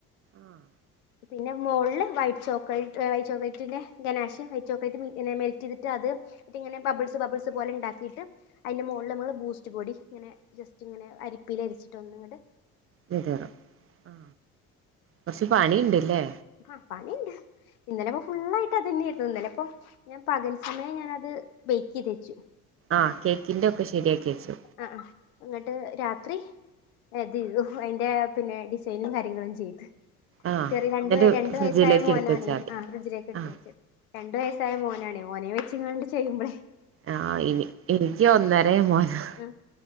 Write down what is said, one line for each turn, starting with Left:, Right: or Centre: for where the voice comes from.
Right: ആഹ <unintelligible>
Left: പിന്നെ മോളിൽ വൈയ്റ്റ്ചോക്ലേറ്റ് വൈറ്റ് ചോക്ലേറ്റിന്റെ ഗനാഷ് വൈറ്റ് ചോക്ലേറ്റ് മെൽറ്റ് ചെയ്തിട്ട് അത് ന്നിട്ട്ഇങ്ങനെബബിൾസ് ബബിൾസ് പോലെ ഉണ്ടാക്കിയിട്ട് അതിന്റെ മോള്നമ്മള് ബൂസ്റ്റ് പൊടി ഇങ്ങനെ ജസ്റ്റ് ഇങ്ങനെ അരിപ്പിൽ അരിച്ചിട്ട് ഒന്ന്ങ്ങട്
Right: വിതറും ആ കൊറച്ച് പണി ണ്ട്ല്ലേ
Left: ആ പണിണ്ട് ഇന്നലെ ഇപ്പോഫുൾള്ളായിട്ട് ഇക്ക് അതന്നൊയിരുന്നു ഇന്നല്ലേ ഇപ്പൊ ഞാൻ പകൽ സമയം ഞാനത് ബേക്ക് ചെയ്തു വച്ചു
Right: ആ കേക്കിന്റെ ഒക്കെ ശരിയാക്കി വെച്ചു
Left: ആ ആ എന്നിട്ട് രാത്രി അതിതുഅതിന്റെ പിന്നെ ഡിസൈനും കാര്യങ്ങളും ചെയ്തു
Right: ആഹ്
Left: ചെറിയ രണ്ട്
Right: എന്നിട്ട്
Left: ഇതുവരെരണ്ടു
Right: ഫ്രിഡ്ജിലേക്ക്
Left: വയസ്സായ മോനാണ്
Right: എടുത്ത് വെച്ചാൽ മതി
Left: ആ ഫ്രിഡ്ജിലേക്ക് എടുത്ത്
Right: ആഹ്
Left: വച്ചത് രണ്ടു വയസ്സായ മോനാണ് ഓനെ വെച്ച്ങ്ങാണ്ട് ചെയ്യുമ്പളേയ്-
Right: ആഹ ഇനി എനിക്ക് ഒന്നര മോനാ
Left: ആ